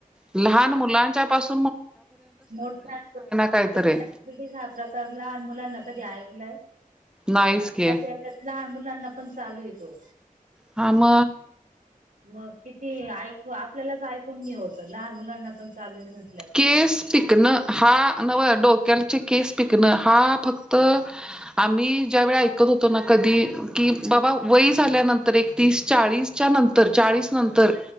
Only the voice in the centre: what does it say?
लहान मुलांच्या पाासून
काहीतरी आहे.
नाहीच की
हा म.
केस पिकणं हा नव डोक्याचे केस पिकणं हा फक्त क्त आम्ही ज्या वेळी ऐकत होतो ना कधी कि बाबा वय झाल्यानंतर एक तीस चाळीस च्या नंतर चाळीस नंतर